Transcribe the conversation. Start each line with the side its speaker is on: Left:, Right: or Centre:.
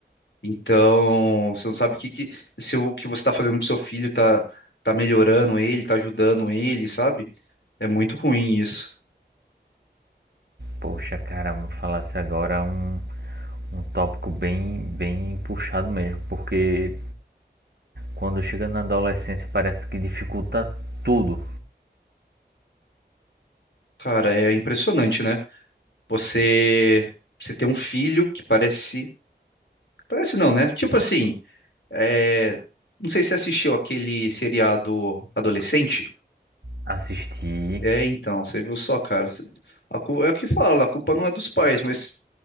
Left: Então, você não sabe o que, que- se o que você está fazendo pro seu filho tá, tá melhorando ele, tá ajudando ele, sabe? É muito ruim isso.
Right: poxa, caramba, falasse agora um, um tópico bem, bem puxado mesmo. Porque quando chega na adolescência parece que dificulta tudo.
Left: Cara, é impressionante, né? Você, você ter um filho que parece. Parece não, né? Tipo assim, é, não sei se você assistiu aquele seriado adolescente.
Right: Assistir.
Left: É, então, você viu só, cara. Você- A culpa, é o que fala, a culpa não é dos pais, mas